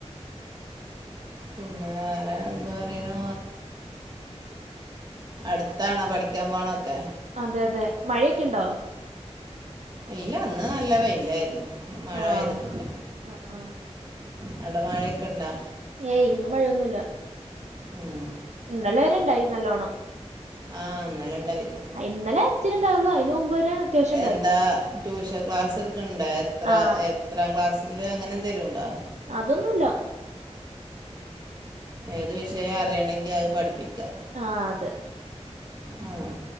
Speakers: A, on the right; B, on the right.
A: പിന്നെ വേറെന്ത് പറയുണൂ? അടുത്താണോ പഠിക്കാ പോണോക്കെ?
B: അതെ അതെ മഴെക്കെ ഇണ്ടോ?
A: ഇല്ല ഇന്ന് നല്ല വെയിലായിരുന്നു, മഴ
B: ആഹ്
A: പെയ്തിട്ടില്ല.
B: ആ ആ
A: അവിടെ മഴെക്കെ ഇണ്ടാ?
B: ഏയ് ഇന്ന് മഴയൊന്നുല്ല,
A: ഉം
B: ഇന്നലെ വരെണ്ടായി നല്ലോണം.
A: ആഹ് ഇന്നലെണ്ടായീന്നു.
B: ഇന്നലെ ഇച്ചിരി ഇണ്ടായിള്ളു ഐന് മുമ്പ് വരെ അത്യാവശ്യം ഉണ്ടായി
A: എന്താ ട്യൂഷൻ ക്ലാസ്ട്ക്ക്ണ്ടോ എത്ര
B: ആ
A: എ എത്രാം ക്ലാസ്സ്ല് അങ്ങനെ എന്തേലുണ്ടോ?
B: അതൊന്നുല്ല.
A: ഏത് വിഷയാ അറിയണെങ്കി അത് പഠിപ്പിക്കാ.
B: ആഹ് അതെ.
A: ആഹ്